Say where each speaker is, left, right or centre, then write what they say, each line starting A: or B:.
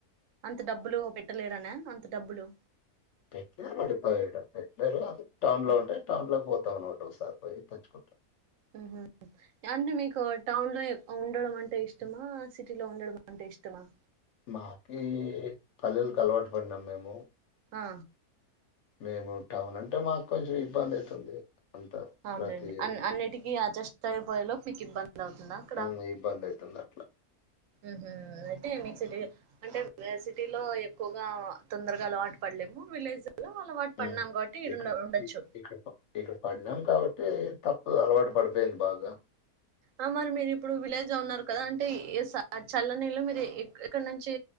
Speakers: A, on the right (about 70°); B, on the left (about 65°).
A: అంత డబ్బులు పెట్టలేడనా అంత డబ్బులు
B: పెట్టలేరు పడిపోయి పెట్టలేరు అ టౌన్ లో ఉంటే టౌన్ లో పోతావునం ఒకటోసారి పోయి తెచ్చుకుంటా
A: ఉహ్మ్ అంటే మీకు టౌన్ లో ఉండడం అంటే ఇష్టమా సిటీ లో ఉండడం అంటే ఇష్టం ఆ
B: మాకి పల్లెలకు అలవాటు పడినాం మేము
A: ఆ
B: మేము టౌన్ అంటే మాకు కొంచం ఇబ్బంది అవుతుంది అంత
A: అవును
B: ప్రతి
A: లెండి అన్ అన్నిటికీ అడ్జస్ట్ అయిపోయేలోపు మీకు ఇబ్బంది అవుతుందా అక్కడ
B: ఉమ్ ఇబ్బంది అయితుంది అట్లా
A: ఉహ్మ్ అంటే మీకు సిటీ అంటే సిటీ లో ఎక్కువగా తొందరగా అలవాటు పడలేము విలేజ్ అలో అలవాటు పడిన్నాం
B: ఉమ్
A: కాబట్టి ఈడ
B: ఇక్కడ
A: ఉండొచ్చు
B: ఇ- ఇక్కడ ప- ఇక్కడ పడినాం కాబట్టి తప్పు అలవాటు పడిపోయారు బాగా
A: ఆ మరి మీరు ఇప్పుడు విలేజ్ లో ఉన్నారు కదా అంటే చల్లనీళ్ళు మీరు ఎక్కడ నుంచి